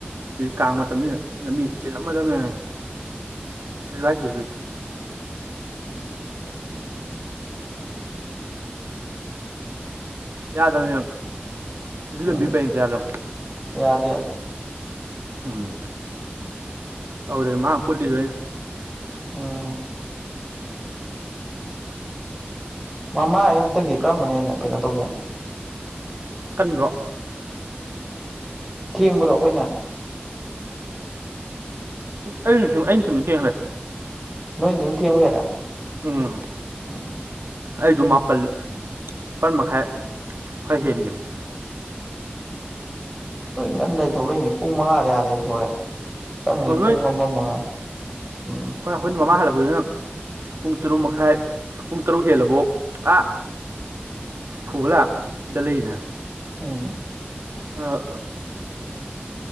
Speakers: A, on the right; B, in the centre.
A: ꯍꯖꯤꯛ ꯀꯥꯡ ꯃꯇꯝꯅꯤꯗ ꯂꯝꯕꯤ ꯆꯤꯜꯂꯝꯃꯗꯝꯅꯦ
B: ꯎꯝ
A: ꯀꯩꯁꯨ ꯍꯥꯏꯗꯦ ꯑꯗꯨꯗꯤ
B: ꯎꯝ
A: ꯌꯥꯗꯕꯅꯦ ꯑꯗꯨ
B: ꯎꯝ
A: ꯂꯝꯕꯤ ꯄꯔꯦꯡꯇꯣ ꯌꯥꯗꯝꯅꯤ
B: ꯌꯥꯗꯦ ꯌꯥꯗꯦ
A: ꯎꯝ ꯑꯗꯨꯗꯗꯤ ꯃꯥꯡ ꯄꯨꯠꯂꯤꯗꯣ ꯑꯩꯅ
B: ꯎꯝ ꯃꯃꯥꯏꯖꯦ ꯍꯟꯇꯛꯀꯤ ꯀꯔꯝꯕꯅ ꯍꯦꯟꯅ ꯀꯩꯅꯣ ꯇꯧꯖꯥꯠꯅꯣ
A: ꯀꯟꯗ꯭ꯔꯣ
B: ꯊꯦꯡꯕꯗꯣ ꯑꯩꯈꯣꯏꯅ
A: ꯑꯩꯅ ꯁꯨꯝ ꯑꯩꯅ ꯊꯨꯝꯃꯤ ꯀꯦꯡꯂꯦ
B: ꯅꯣꯏꯗꯨꯅ ꯊꯦꯡꯕ ꯍꯦꯜꯂꯦ
A: ꯎꯝ
B: ꯎꯝ
A: ꯑꯩꯗꯨ ꯃꯥꯄꯜ ꯅꯤꯄꯥꯜ ꯃꯈꯥꯏ ꯈꯔ ꯍꯦꯟꯒꯤꯕꯅꯤ
B: ꯍꯣꯏ ꯉꯟꯅꯗꯤ ꯊꯣꯛꯂꯛꯏꯅꯦ ꯄꯨꯡ ꯃꯉꯥꯗꯩ ꯑꯗꯩ ꯊꯣꯛꯂꯛꯑꯦ ꯆꯪꯉꯤꯖꯦ
A: ꯑꯣ
B: ꯄꯨꯡ ꯑꯃ ꯃꯉꯥꯏ ꯎꯝ
A: ꯈꯣꯏꯅ ꯑꯈꯣꯏꯅ ꯃꯃꯥꯡ ꯍꯜꯂꯛꯄꯗꯨꯅ ꯄꯨꯡ ꯇꯔꯨꯛ ꯃꯈꯥꯏ ꯄꯨꯡ ꯇꯔꯨꯛ ꯍꯦꯜꯂꯕꯧ ꯑꯥ ꯐꯨꯕꯂꯥ ꯗ ꯂꯩꯔꯤꯗꯅ
B: ꯎꯝ
A: ꯑ